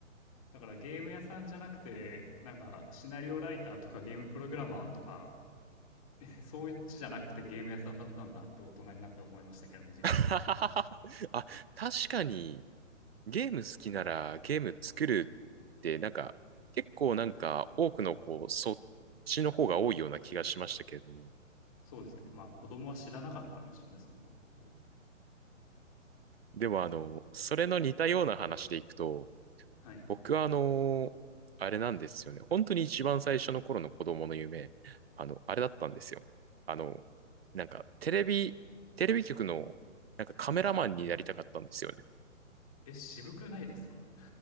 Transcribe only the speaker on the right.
<laughs> あ、確かに、ゲーム好きならゲーム作るってなんか結構なんか多くのこうそっちの方が多いような気がしましたけれども。
でもあの、それの似たような話でいくと、
僕はあの、あれなんですよね。本当に一番最初の頃の子供の夢、あの、あれだったんですよ。あの、なんかテレビ、テレビ局のなんかカメラマンになりたかったんですよね。